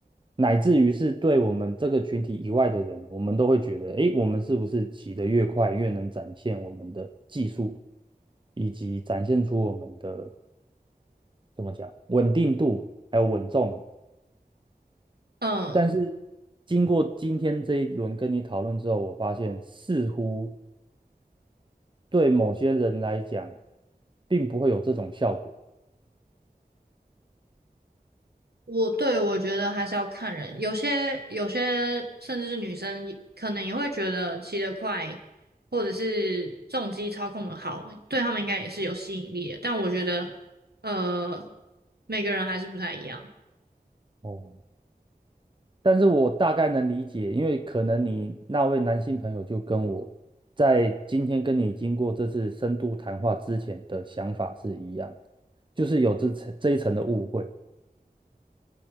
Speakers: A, on the right; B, on the right.
A: 乃至于是对我们这个群体以外的人，我们都会觉得，诶，我们是不是骑得越快，越能展现我们的技术，以及展现出我们的怎么讲稳定度，还有稳重。
B: 嗯，
A: 但是经过今天这一轮跟你讨论之后，我发现似乎对某些人来讲，并不会有这种效果。
B: 我对我觉得还是要看人，有些有些甚至是女生也可能也会觉得骑得快或者是重机操控的好，对他们应该也是有吸引力的。但我觉得，呃，每个人还是不太一样。
A: 哦，但是我大概能理解，因为可能你那位男性朋友就跟我在今天跟你经过这次深度谈话之前的想法是一样，就是有这层这一层的误会。